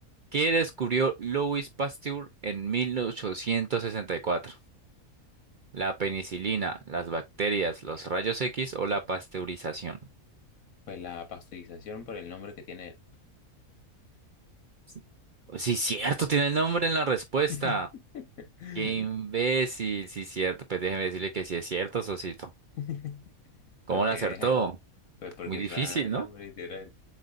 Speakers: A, on the right; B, on the left.
A: ¿Qué descubrió Louis Pasteur en 1864? La penicilina, las bacterias, los rayos X o la pasteurización.
B: Pues la pasteurización por el nombre que tiene
A: S- Sí, cierto, tiene el nombre en la respuesta.
B: él.
A: Qué imbécil, sí, cierto. Pues déjeme decirle que sí es cierto, Sosito.
B: <laughs>
A: ¿Cómo
B: Para que
A: lo acertó?
B: veas, <laughs> pues porque
A: Muy difícil,
B: está el
A: ¿no?
B: nombre literal.